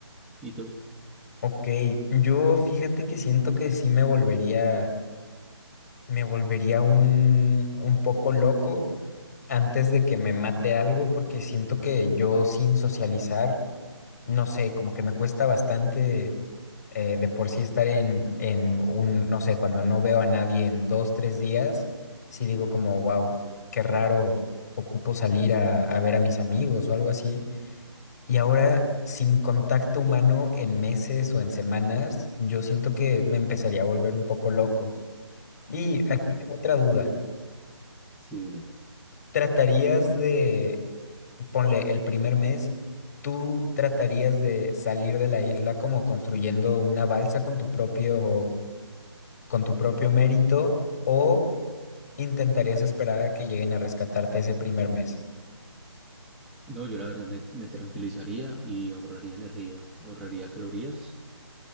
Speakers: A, in the centre; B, on the left (about 35°).
A: ¿Y tú?
B: Ok, yo fíjate que siento que sí me volvería me volvería un, un poco loco antes de que me mate algo, porque siento que yo sin socializar, no sé, como que me cuesta bastante eh, de por sí estar en, en un, no sé, cuando no veo a nadie en dos, tres días, sí digo como, wow, qué raro, ocupo salir a, a ver a mis amigos o algo así. Y ahora, sin contacto humano en meses o en semanas, yo siento que me empezaría a volver un poco loco. Y aquí tengo otra duda.
A: Sí, dime.
B: tratarías de, ponle el primer mes, tú tratarías de salir de la isla como construyendo una balsa con tu propio, con tu propio mérito o intentarías esperar a que lleguen a rescatarte ese primer mes.
A: No, yo la verdad me, me tranquilizaría y ahorraría energía, ahorraría calorías.